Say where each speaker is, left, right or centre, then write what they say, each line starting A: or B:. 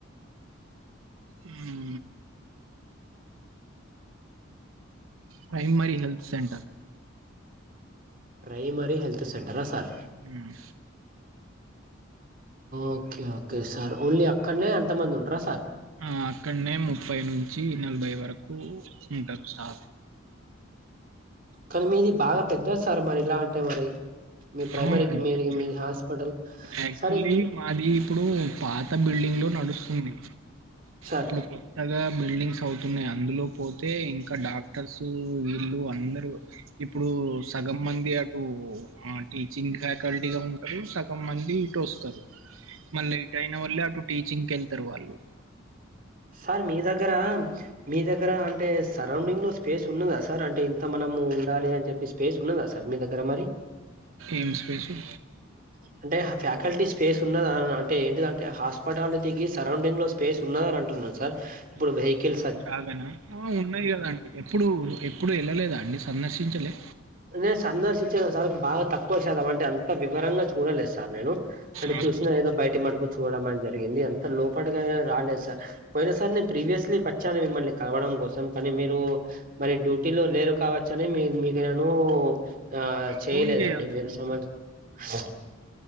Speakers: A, on the right (about 80°); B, on the right (about 40°).
A: um primary health centre
B: primary health సెంటరా sir
A: um
B: okay okay sir only అక్కడ్నే అంతమంది ఉంటారా సార్
A: ఆ అక్కడ్నే ముప్పై నుంచి నలభై వరకు ఉంటారు స్టా
B: కానీ మీది బాగా పెద్దది సార్ మరి ఇలా అంటే మరి మీ ప్రైమరీకి
A: అవునండి
B: మీది మీది హాస్పిటల్
A: యాక్చువల్లీ
B: సార్ ఇది
A: మాది ఇప్పుడు పాత బిల్డింగ్లో నడుస్తుంది
B: సార్
A: ఇప్పుడు కొ త్తగ బిల్డింగ్స్ అవుతున్నాయి అందులో పోతే ఇంకా డాక్టర్స్ వీళ్ళు అందరు ఇప్పుడు సగం మంది అటు ఆ టీచింగ్ ఫ్యాకల్టీగ ఉంటారు సగం మంది ఇటు వస్తరు మళ్ళ <unintelligible> అయిన వల్లే అటు టీచింగ్ వెళ్తారు వాళ్ళు
B: సార్ మీ దగ్గర మీ దగ్గర అంటే సరౌండింగ్ లో స్పేస్ ఉన్నద సార్ అంటే ఇంత మనము ఉండాలి అని చెప్పేస్ <unintelligible> స్ ఉన్నాద సార్ మీ దగ్గర మరి
A: ఎం స్పేసు
B: అంటే ఫ్యాకల్టీ స్పేస్ ఉన్నద అంటే ఏంటిదంటె హాస్పిటాలిటీకి సరౌండింగ్ లో స్పేస్ ఉన్నదని అంటున్నాను సార్ ఇప్పుడు వెహికిల్
A: ఆ ఉన్నాయి కదండి ఎప్పుడు ఎప్పుడు వెళ్ళలేద అండి సందర్శించలే
B: నేను సందర్శించలే సార్ బాగ తక్కువ సార్ అవంటే అంత వివరంగా చూడలేదు సార్ నేను అంటే
A: ఆహా!
B: చూసిన ఏదో బయట మటుకు చూడడం అని జరిగింది ఎంత లోపటగానే రాలేదు సార్ పోయిన సారి నేను ప్రీవియస్లీ వచ్చాను మిమ్మల్ని కలవడం కోసం కానీ మీరు మరి డ్యూటీలో లేరు కావచ్చ అని మీ మీకు నేను ఆ చేయలేదండి
A: ఫోను జేయాల్సింది
B: మీరు
A: సార్.
B: <unintelligible>